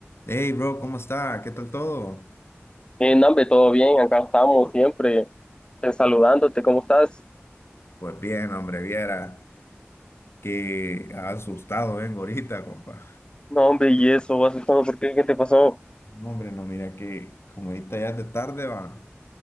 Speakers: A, on the left; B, on the left.
A: Hey, bro, ¿cómo está? ¿Qué tal todo?
B: Eh, no, hombre, todo bien, acá estamos siempre eh, saludándote, ¿cómo estás?
A: Pues bien, hombre, viera que asustado vengo ahorita, compa.
B: No, hombre, y eso, vas todo, ¿por qué? ¿Qué te pasó?
A: No, hombre, no, mira que como ahorita ya es de tarde, va.